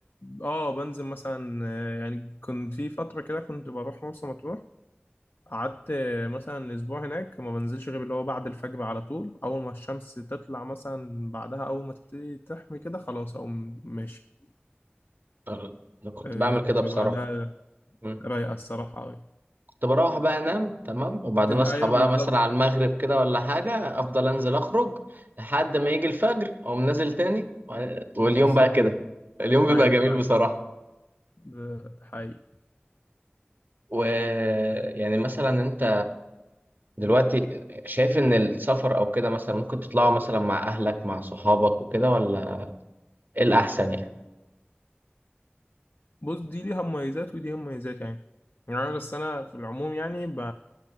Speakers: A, on the left; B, on the right.
A: آه بنزل مثلا آه، يعني كنت في فترة كده كنت بروح مرسى مطروح قعدت آه، مثلا أسبوع هناك ما بنزلش غير اللي هو بعد الفجر على طول أول ما الشمس تطلع مثلا بعدها أول ما تبتدي تحمي كده خلاص أقوم ماشي
B: أه. أنا كنت
A: آه،
B: بعمل
A: بيبقى
B: كده بصراحة
A: ده
B: مم.
A: رايقة الصراحة أوي
B: كنت بروح بقى أنام تمام وبعدين
A: أيوه
B: أصحى بقى
A: بالظبط
B: مثلا على المغرب كده ولا حاجة أفضل أنزل أخرج لحد ما يجي الفجر أقوم نازل تاني واليوم
A: بالظبط
B: بقى كده
A: كده
B: اليوم بيبقى
A: أيوه
B: جميل
A: فعلا
B: بصراحة
A: ده حقيقي
B: ويعني مثلا أنت دلوقتي شايف ان السفر او كده مثلا ممكن تطلعوا مثلا مع اهلك مع صحابك وكده ولا ايه الاحسن يعني
A: بص دي ليها مميزات ودي ليها مميزات يعني يعني أنا بس انا في العموم يعني ب...